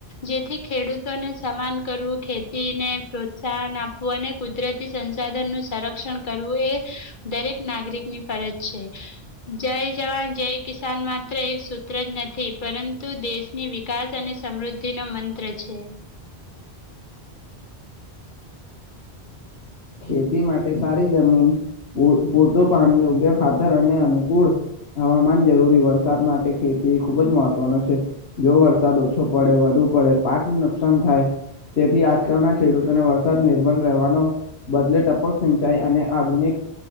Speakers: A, on the left (about 50°); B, on the left (about 75°).
A: જેથી ખેડૂતોને સમાન કરવું. ને પ્રોત્સાહન આપવું અને કુદરતી સંસાધન નું સંરક્ષણ કરવું એ દરેક નાગરિક ની ફરજ છે જય જવાન જય કિસાન માત્ર એક મ જ નથી પરંતુ દેશની વિકાસ અને સમૃદ્ધિ નો મંત્ર છે.
B: ખેતી માટે સારી જમીન પૂરતું પાણી યોગ્ય ખાતર અને અનુકૂળ હવામાન જરૂરી વરસાદ માટે ખેતી ખુબ જ મહત્વનો છે. જો વરસાદ ઓછો પડે વધુ પડે પાક નુ નુકસાન થાય. તેથી આજકાલના ખેડૂતોને વરસાદ નિર્ભર રહેવાનો બદલે ટપક સિંચાઈ અને આધુનિક